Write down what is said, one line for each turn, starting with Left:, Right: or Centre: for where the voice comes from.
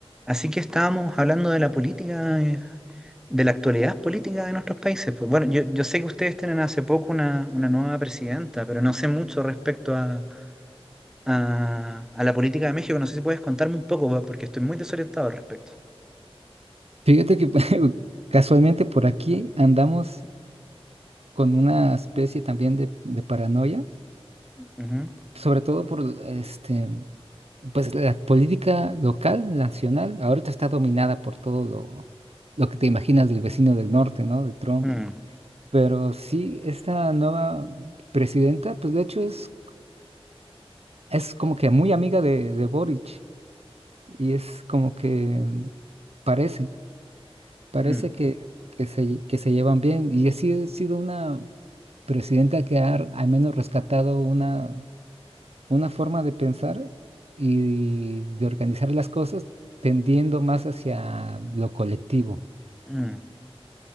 Centre: Así que estábamos hablando de la política, eh, de la actualidad política de nuestros países. Pues bueno, yo, yo sé que ustedes tienen hace poco una, una nueva presidenta, pero no sé mucho respecto a, a- a la política de México. No sé si puedes contarme un poco, po- porque estoy muy desorientado al respecto.
Right: Fíjate que <laughs> casualmente por aquí andamos con una especie también de, de paranoia,
Centre: Ujú.
Right: sobre todo por este, pues la política local, nacional, ahorita está dominada por todo lo, lo que te imaginas del vecino del norte, ¿no? De Trump.
Centre: Mm,
Right: Pero sí, esta nueva presidenta, pues de hecho es, es como que muy amiga de, de Boric y es como que mm, parece. Parece
Centre: mm,
Right: que, que se, que se llevan bien y así ha sido una presidenta que ha r- al menos rescatado una, una forma de pensar y de organizar las cosas tendiendo más hacia lo colectivo,
Centre: mm.